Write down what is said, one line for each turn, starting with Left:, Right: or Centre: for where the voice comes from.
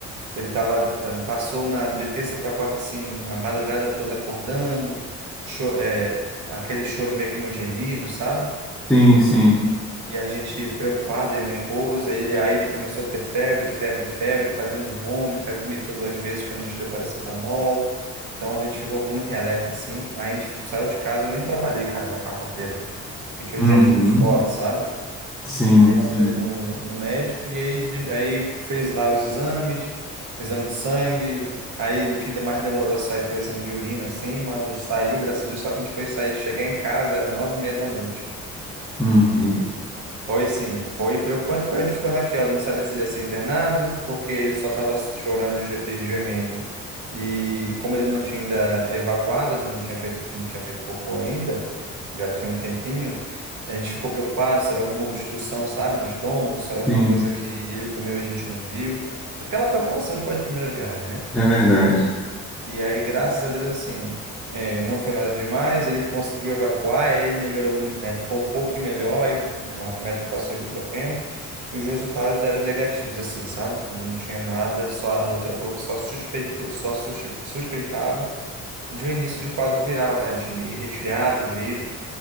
Right: Ele tava, tá- passou na, de terça para quarta, assim, a madrugada toda acordando, cho- é, aquele choro meio que um gemido, sabe?
Centre: Sim, sim.
Right: E a gente preocupado, eu e minha esposa, ele, aí ele começou a ter febre, febre, febre, fazendo vômito, aí vomitou duas vezes quando a gente deu paracetamol. Então a gente ficou muito em alerta assim. Aí a gente saiu de casa, eu nem trabalhei, cara, na quarta-feira. Fiquei
Centre: Uhum.
Right: o dia todo fora, sabe?
Centre: Sim,
Right: Aí levamos
Centre: sim.
Right: ele no, no médico e aí, de- aí fez lá os exames, exame de sangue. Aí o que de- mais demorou a sair foi o exame de urina, assim, mas saiu, graças a Deus. Só que a gente foi sair, chegar em casa, era nove e meia da noite.
Centre: Uhum,
Right: e foi sim, foi preocupante porque a gente ficou naquela, não sabia se ele ia ser internado, porque ele só estava chorando e ge- e gemendo. E como ele não tinha ainda evacuado, né, não tinha feito, não tinha feito cocô ainda, já tinha um tempinho, a gente ficou preocupado se era alguma obstrução, sabe, no estômago, se era alguma
Centre: sim,
Right: coisa que ele comeu e a gente não viu. Aquela preocupação de pai de primeira viagem, né?
Centre: é verdade.
Right: E aí, graças a Deus, assim, eh, não foi nada demais. Ele conseguiu evacuar, aí ele melhorou, eh, ficou um pouquinho melhor. Aí a médica passou ibuprofeno e os resultados deram negativos, assim, sabe? Não tinha nada, só a doutora falou que só suspeitou, só suspe- suspeitava de um início de quadro viral, né? De resfriado, gripe.